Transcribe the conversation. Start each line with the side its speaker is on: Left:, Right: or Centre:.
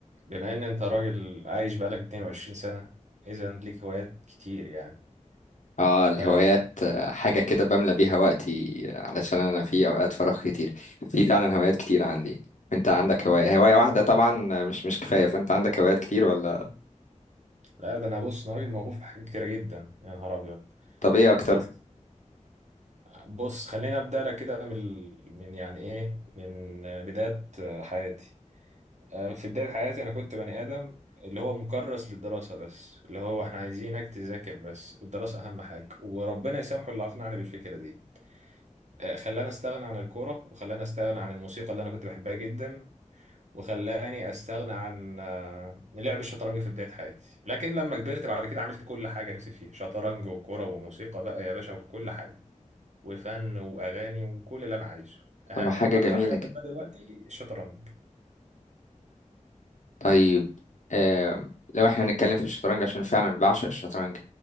Right: بما ان انت راجل عايش بقالك 22 سنة اذا ليك هوايات كتير يعني
Left: اه الهوايات
Right: آه
Left: آه، حاجة كده بملى بيها وقتي آه، علشان انا في اوقات فراغ كتير في فعلا هوايات كتير عندي انت عندك هواية هواية واحدة طبعا آه، مش مش كفاية فانت عندك هوايات كتير ولا
Right: لا ده انا بص انا راجل موهوب في حاجات كتيرة جدا يا نهار ابيض
Left: طب ايه اكتر
Right: بس بص خليني ابدا لك كده من ال- من يعني ايه من آه، بداية آه، حياتي آه في بداية حياتي انا كنت بني ادم اللي هو مكرس للدراسة بس اللي هو احنا عايزينك تذاكر بس والدراسة اهم حاجة وربنا يسامحه اللي اقنعني بالفكرة دي آه، خلاني استغنى عن الكورة وخلاني استغنى عن الموسيقى اللي انا كنت بحبها جدا وخلاني استغنى عن آه، لعب الشطرنج في بداية حياتي لكن لما كبرت بعد كده عملت كل حاجة نفسي فيها شطرنج وكرة وموسيقى بقى يا باشا وكل حاجة وفن واغاني وكل اللي انا عايزه أه،
Left: طب ما حاجة
Right: اكتر
Left: جميلة
Right: حاجة
Left: جدا
Right: بحبها دلوقتي الشطرنج
Left: طيب آه لو احنا هنتكلم في الشطرنج عشان فعلا بعشق الشطرنج